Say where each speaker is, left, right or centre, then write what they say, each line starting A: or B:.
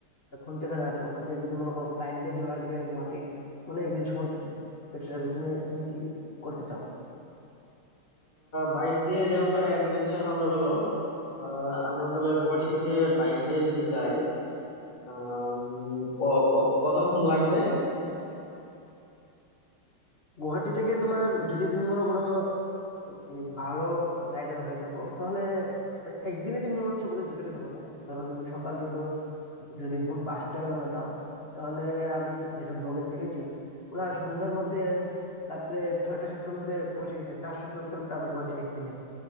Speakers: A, on the left; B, on the left.
A: এখন যেখানে আছো ওখান থেকে যদি মনে করো ফ্লাইট দিয়ে চলে আসবে গুয়াহাটি তাহলে একদিন সময় বেঁচে যাবে তুমি তুমি কি করতে চাও
B: বাইক দিয়ে যাওয়াটা অ্যাডভেঞ্চার হবে ভালো আহ, আমরা তাহলে গুয়াহাটি থেকে বাইক দিয়ে যদি যাই আহ, উম, ক- ক- কতক্ষণ লাগবে
A: গুয়াহাটি থেকে তোমার যদি তুমি মনে করো এই ভালো রাইডার হয়ে থাকো তাহলে মানে একদিনে তুমি মনে হচ্ছে বোধহয় ঢুকে যেতে পারবে ধরো তুমি সকাল যদি যদি ভোর পাঁচটায় রওনা দাও তাহলে আমি যেটা ব্লগে দেখেছি ওরা সন্ধ্যার মধ্যে রাত্রে ছয়টা সাতটার মধ্যে পৌঁছে গেছে চারশো কিলোমিটার ট্রাভেল করেছে একদিনে